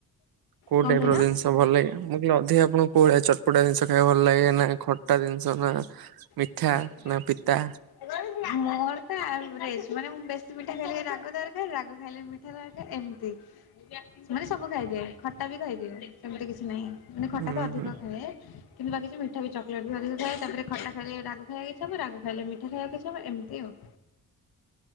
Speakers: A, on the right; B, on the left.
A: କୋଉ
B: କଣ
A: ଟାଇପ୍
B: କହିଲ?
A: ର ଜିନିଷ ଭଲ ଲାଗେ? ମୁଁ କହିଲି ଅଧିକ ଆପଣଙ୍କୁ କୋଉଭଳିଆ ଚଟ୍ ପଟା ଜିନିଷ ଖାଇବା ଭଲ ଲାଗେ ନା ଖଟା ଜିନିଷ ନା ମିଠା
B: <unintelligible>
A: ନା ପିତା
B: ମୋର ତ ଆଭ୍ରେଜ ମାନେ ମୁଁ ବେଶୀ ମିଠା ଖାଇଲେ ରାଗ ଦରକାର ରାଗ ଖାଇଲେ ମି ଠା ଦରକାର ଏମିତି ମାନେ ସବୁ ଖାଇଦିଏ ଖଟା ବି ଖାଇଦିଏ ସେମିତି କିଛି ନାହିଁ ମାନେ ଖଟା
A: ହୁଁ
B: ତ ଅଧିକ
A: ହୁଁ
B: ଖାଏ କିନ୍ତୁ ବାକିଯୋଉ ମିଠା ବି ଚକଲେଟ୍ ବି ଅଧିକ ଖାଏ ତାପରେ ଖଟା ଖାଇଲେ ରାଗ ଏ ଥିବ ରାଗ ଖାଇଲେ ମିଠା ଖାଇବାକୁ ଇଛାହେବ ଏମିତି ଆଉ